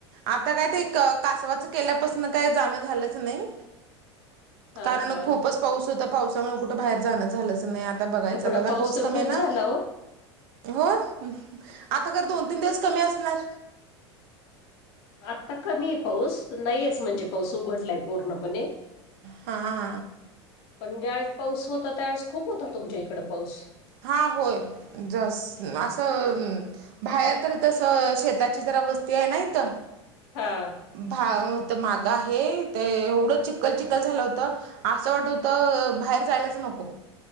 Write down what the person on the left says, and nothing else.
हां
हां
तिकडं
तर
खूप
झाला ओ
आता कमी आहे पाऊस नाहीच म्हणजे पाऊस उघडलाय. पूर्णपणे
पण ज्यावेळेस पाऊस होता त्यावेेळेस खूप होता तुमच्या इकड पाऊस.
हा.